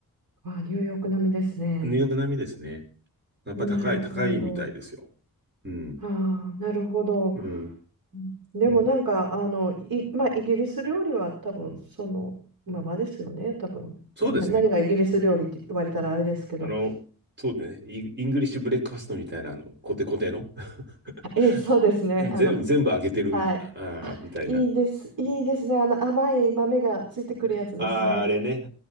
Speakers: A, on the right (about 75°); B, on the right (about 30°).
A: わあ、ニューヨーク並みですね。
B: ニューヨーク並みですね。やっぱり高い、
A: なるほど。
B: 高いみたいですよ。うん。
A: ああ、なるほど。
B: うん。
A: うんでもなんか、
B: うん、
A: あの、い、まあ、イギリス料理は多分そのままですよね、多分。
B: そうですね。
A: まあ、何がイギリス料理って言われたらあれですけど。
B: あの、そうでね、イイングリッシュブレックファストみたいな、あの、コテコテの <laughs>
A: あええ、そうですね。
B: 全部、
A: あの、
B: 全部開けてるみたい、
A: はい。
B: あーみたいな。
A: あ、いいです。いいですね。あの甘い豆がついてくるやつですね。
B: ああ、あれね。